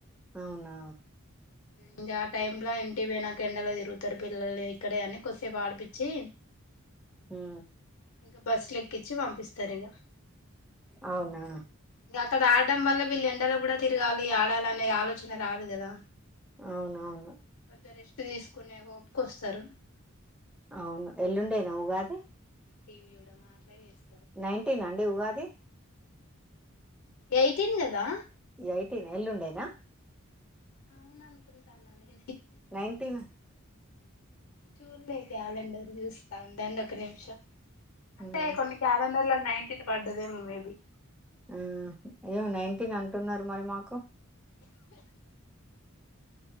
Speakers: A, in the centre; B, on the left.
A: అవునా
B: ఇంకా ఆ టైమ్ లో ఇంటకి పోయినంక ఎండలో తిరుగుతారు పిల్లలు ఇక్కడే అని కొద్సేపు ఆడిపిచ్చి
A: హ్మ్మ్
B: ఇంకా బస్సు ల ఎక్కించి పంపిస్తారు ఇక
A: అవునా
B: ఇంకా అక్కడ ఆడడం వల్ల వీళ్ళ ఎండలు కూడా తిరగాలి ఆడాలనే ఆలోచన రాదు కదా
A: అవునవును
B: కొంచెం రెస్ట్ తీసుకునే ఓప్కొస్తారు
A: అవును ఎల్లుండేనా ఉగాది
B: టీవయ మాటలా చేస్తా
A: నైన్టీన్ అండి ఉగాది
B: ఎయిటీన్ కదా
A: ఈ యిటీనా ఎల్లుండేనా
B: అవును అనుకుంటా ననగ
A: నైన్టీన్
B: చూర్లే క ఆాలండ జూస్తా ఉండండి ఒక నిమిషం అంటే
A: హ్మ్.
B: కొన్ని క్యాలండర్ లో నై న్టీన్ పడ్డది ఏమో మే బి
A: ఆ అయ్యో నైన్టీన్ అంటున్నారు మరి మాకు